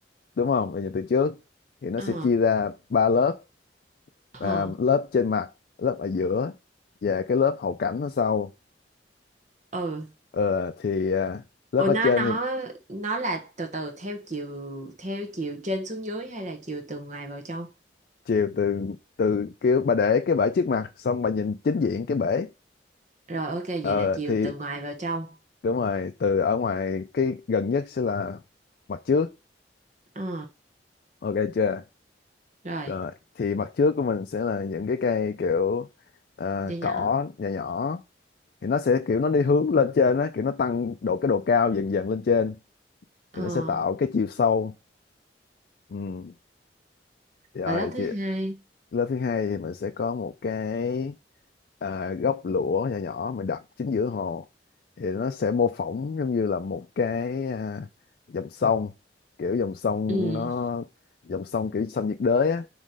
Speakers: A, on the left; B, on the right.
A: đúng không bà nhìn từ trước thì nó
B: ờ
A: sẽ chia ra ba lớp à,
B: ờ
A: lớp trên mặt lớp ở giữa và cái lớp hậu cảnh ở sau
B: ừ
A: Ờ, thì à, lớp
B: ủa
A: ở
B: nó
A: trên
B: nó
A: thì
B: nó là từ từ theo chiều theo chiều trên xuống dưới hay là chiều từ ngoài vào trong
A: chiều từ từ kiểu bà để cái bể trước mặt xong bà nhìn chính diện cái bể
B: rồi ok vậy
A: Ờ,
B: là chiều
A: thì
B: từ ngoài vào trong
A: đúng rồi từ ở ngoài cái gần nhất sẽ là mặt trước
B: ờ
A: ok chưa
B: rồi
A: rồi thì mặt trước của mình sẽ là những cái cây kiểu à,
B: nhỏ nhỏ
A: cỏ nhỏ nhỏ thì nó sẽ kiểu nó đi hướng lên trên á kiểu nó tăng độ cái độ cao dần dần lên trên
B: ờ
A: thì nó sẽ tạo cái chiều sâu ừ. rồi
B: và lớp thứ
A: thì
B: hai
A: lớp thứ hai thì mình sẽ có một cái à, gốc lũa nhỏ nhỏ mình đặt chính giữa hồ thì nó sẽ mô phỏng giống như là một cái à, dòng sông kiểu dòng sông
B: ừ
A: nó dòng sông kiểu sông nhiệt đới á